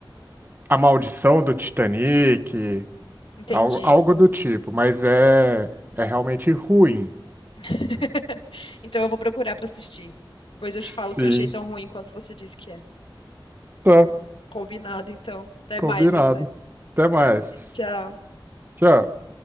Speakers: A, on the right; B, on the left.
A: A Maldição do Titanic,
B: Entendi.
A: algo, algo do tipo, mas é, é realmente ruim.
B: <laughs> Então eu vou procurar pra assistir. Depois eu te falo
A: Sim,
B: se eu achei tão ruim quanto você disse que é.
A: tá,
B: Combinado, então. Até
A: combinado.
B: mais, André.
A: Até mais.
B: Tchau.
A: Tchau.